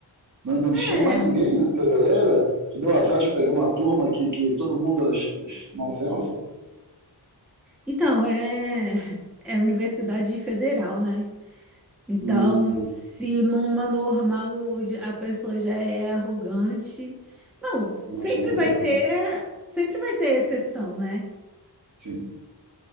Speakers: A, on the right; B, in the centre.
A: Não, não tinha
B: É.
A: mais ninguém na tua galera. Tu deu azar de pegar uma turma que, que todo mundo era ch- ch- mal sem alça?
B: Então, é, é universidade federal, né? Então,
A: Hum,
B: se numa normal já- a pessoa já é arrogante, não, sempre
A: Mas na federal.
B: vai ter, sempre vai ter exceção, né?
A: Sim.